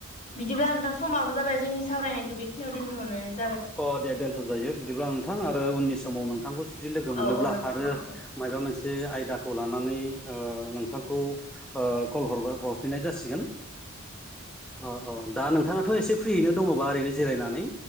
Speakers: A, on the left; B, in the centre.
A: बिदिब्ला नोंथां समाबो जाबाय जोंनि सावरायनायखौ बेखियाव दोन्थ'नो
B: अ दे दोनथ'जायो बिदिब्ला नोंथां आरो उननि समाव नोंथां नोंथांखौ जुदि लोगो
A: औ
B: मोनोब्ला
A: औ नोंथां
B: आरो
A: औ
B: माबा मोनसे आयदाखौ लानानै ओ नों थांखौ ओ कल हर हरफिननाय जासिगोन। अ औ दा नोंथांङाथ' एसे फ्रियैनो दङबा ओरैनो जिरायनानै?